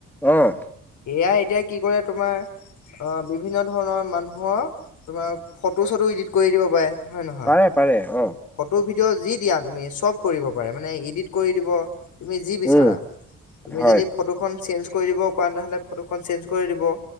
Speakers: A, in the centre; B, on the left.
A: অহ।
B: এ য়াই এতিয়া কি কৰে তোমাৰ অহ, বিভিন্ন ধৰণৰ মানুহৰ তোমাৰ ফটো চটো ইডিট কৰি দিব পাৰে। হয়, নহয়?
A: পাৰে পাৰে অ
B: ফটো ভিডিঅ' যি দিয়া তুমি চব কৰিব পাৰে মানে, এডিট কৰি দিব তুমি যি বিচৰা,
A: উম
B: তুমি
A: হয়
B: যদি ফটো খন চেন্স কৰি দিব কোৱা নহ'লে ফটো খন চেঞ্জ কৰি দিব,